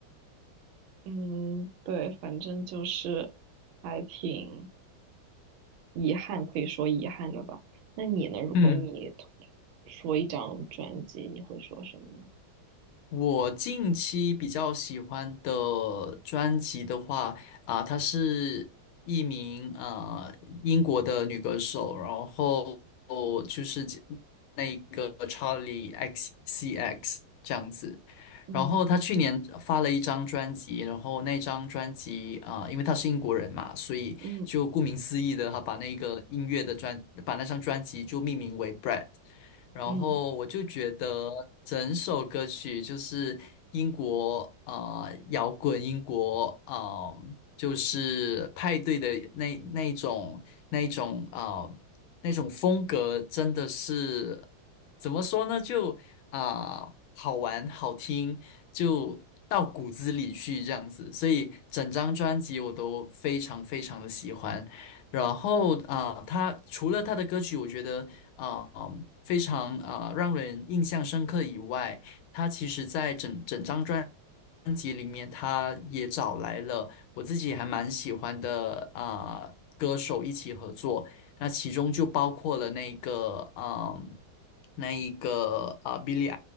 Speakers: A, on the right; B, on the left.
A: 嗯，对，反正就是还挺遗憾，可以说遗憾的吧。那你呢？如果你
B: 嗯。
A: t- 说一张专辑，你会说什么呢？
B: 我近期比较喜欢的专辑的话，啊、她是一名啊、英国的女歌手，然后就是那个 Charlie XCX 这样子。
A: 嗯
B: 然后她去年发了一张专辑，然后那张专辑啊、呃因为她是英国人嘛，所以就顾名思义的，
A: 嗯
B: 她把那个音乐的专，把那张专辑就命名为 Bread。然后我就觉得整首歌曲就是英国啊摇滚，
A: 嗯，
B: 英国啊，就是派对的那那种那种啊那种风格，真的是怎么说呢？就啊、好玩好听，就到骨子里去这样子。所以整张专辑我都非常非常的喜欢。然后啊、呃他除了他的歌曲，我觉得啊、呃非常啊、呃让人印象深刻以外，他其实在整整张专辑里面，他也找来了我自己还蛮喜欢的啊、呃歌手一起合作，那其中就包括了那个嗯、呃那一个啊、呃 Billie